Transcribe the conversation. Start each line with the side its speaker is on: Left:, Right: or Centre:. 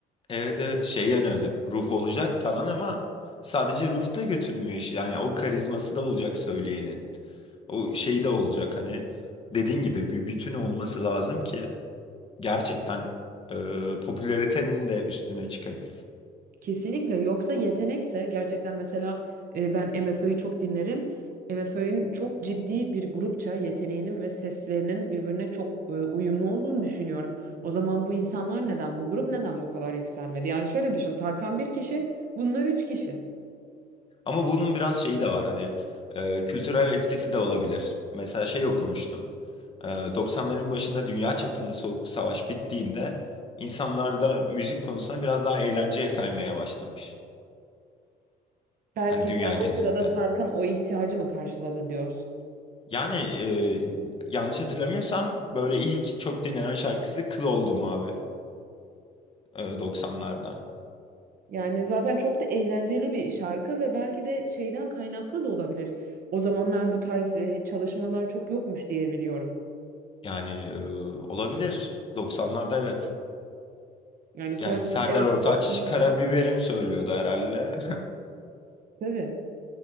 Left: Evet evet şey önemli. Ruh olacak falan ama sadece ruh da götürmüyor işi. Yani o karizması da olacak söyleyenin. O şey de olacak hani dediğin gibi bir bütün olması lazım ki gerçekten e, popülaritenin de üstüne çıkabilsin.
Right: Kesinlikle yoksa yetenekse gerçekten mesela e, ben MFÖ'yü çok dinlerim. MFÖ'nün çok ciddi bir grupça yeteneğinin ve seslerinin birbirine çok e, uyumlu olduğunu düşünüyorum. O zaman bu insanlar neden, bu grup neden bu kadar yükselmedi? Yani şöyle düşün, Tarkan bir kişi, bunlar üç kişi.
Left: Ama bunun biraz şeyi de var hani e, kültürel etkisi de olabilir. Mesela şey okumuştum. E, 90'ların başında dünya çapında soğuk savaş bittiğinde insanlarda müzik konusunda biraz daha eğlenceye kaymaya başlamış.
Right: Belki
Left: Hani dünya
Right: de o
Left: genelinde.
Right: sırada Tarkan o ihtiyacı mı karşıladı diyorsun.
Left: Yani e, yanlış hatırlamıyorsam böyle ilk çok dinlenen şarkısı Kıl Oldum abi e, 90'larda.
Right: Yani zaten çok da eğlenceli bir şarkı ve belki de şeyden kaynaklı da olabilir. O zamanlar bu tarz e, çalışmalar çok yokmuş diye biliyorum.
Left: Yani e, olabilir. 90'larda evet.
Right: Yani sonra
Left: Yani Serdar
Right: evet
Left: Ortaç
Right: arkamı
Left: karabiberim söylüyordu herhalde.
Right: tabii.